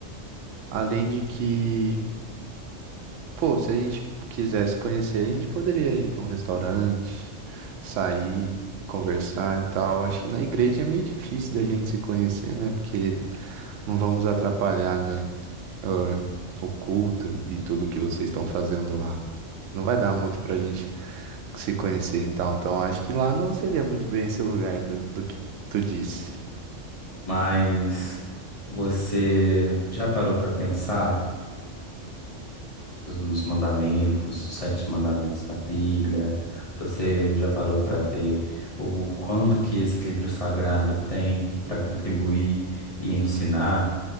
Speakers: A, on the right; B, on the left.
A: Além de que. Pô, se a gente quisesse conhecer, a gente poderia ir para um restaurante, sair, conversar e tal. Acho que na igreja é meio difícil da gente se conhecer, né? Porque não vamos atrapalhar, né? ah, O culto e tudo que vocês estão fazendo lá. Não vai dar muito pra gente se conhecer, então. Então, acho que lá não seria muito bem esse lugar do, do que tu disse.
B: mas você já parou para pensar? os os mandamentos, os sete mandamentos da Bíblia. Você já parou para ver o quanto que esse livro sagrado tem para contribuir e ensinar,